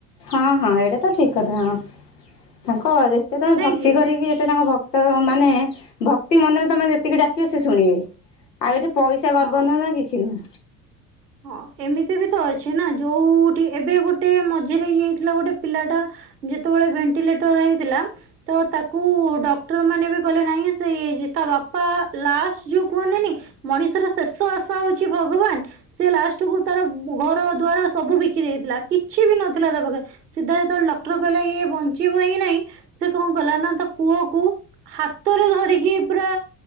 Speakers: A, on the left; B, on the right.
A: ହଁ ହଁ ଏଇଟା ତ ଠିକ କଥା ହଁ ତାଙ୍କ ଯେତେ ତମେ
B: ନାଇଁ
A: ଭକ୍ତି
B: କି
A: କରିକି ତେ ତାଙ୍କ ଭକ୍ତମାନେ ଭକ୍ତି ମନରେ ତମେ ଯେତିକି ଡାକିବ ସେ ଶୁଣିବେ। ଆଉ ଏଠି ପଇସା ଗର୍ବ
B: ହଁ।
A: ନୁହଁ ନା କିଛି ନୁହଁ।
B: ହଁ ଏମିତି ବି ତ ଅଛି ନା ଯୋଉଠି ଏବେ ଗୋଟେ ମଝିରେ ଇଏ ହେଇଥିଲା ଗୋଟେ ପିଲାଟା ଯେତେବେଳେ ଭେଣ୍ଟିଲେଟର ହେଇଥିଲା ତ ତାକୁ ଡକ୍ଟର ମାନେ ବି କହଲେ ନାହିଁ ସେ ଇଏ ହେଇ ଯାଇଛି ତା ବାପା ଲାଷ୍ଟ ଯୋଉ କୁହନ୍ତିନି ମଣିଷର ଶେଷ ଆଶା ହଉଛି ଭଗବାନ ସେ ଲାଷ୍ଟ କୁ ତାର ଘର ଦ୍ଵାରା ସବୁ ବିକି ଦେଇଥିଲା କିଛି ବି ନଥିଲା ତା ପାଖରେ ସିଧା ସତେବେଳେ ଡକ୍ଟର କହିଲେ ଇ ବଞ୍ଚିବ ହିଁ ନାଇଁ ସେ କଣ କଲା ନା ତା ପୁଅ କୁ ହାତରେ ଧରିକି ପୁରା